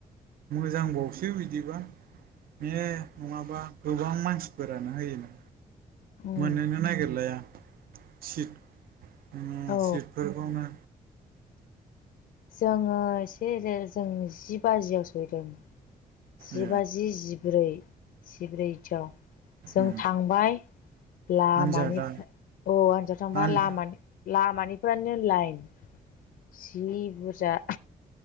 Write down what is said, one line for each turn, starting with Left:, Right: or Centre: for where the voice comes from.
Right: मोजांबावसो बिदिबा बे नङाबा गोबां मानसिफोरानो होयो ना
Left: उम
Right: मोनोनो नागिरलाया सिट ओम
Left: औ
Right: सिटफोरखौनो
Left: जोङो एसे जों जि बाजियाव सहैदों जिबाजि
Right: ए
Left: जिब्रै जिब्रैथियाव जों
Right: उम
Left: थांबाय लामानिफ्राय
Right: आनजादा
Left: औ आनजाव थांबा
Right: आन
Left: लामानि लामानि फोरानो लाइन जि बुरजा